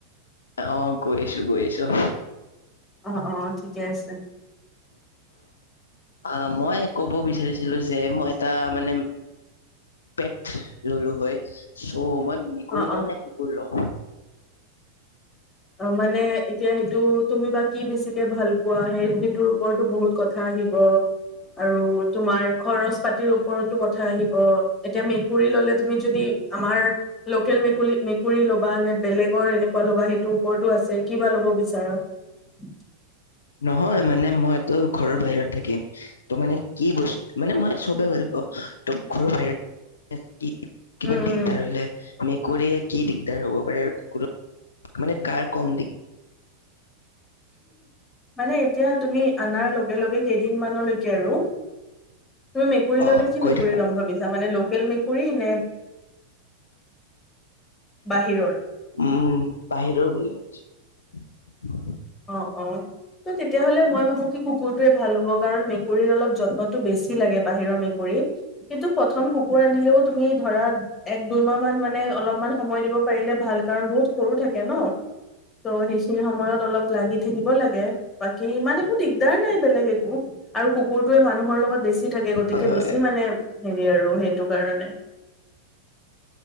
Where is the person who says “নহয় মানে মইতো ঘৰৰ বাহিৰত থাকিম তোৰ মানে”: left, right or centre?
Left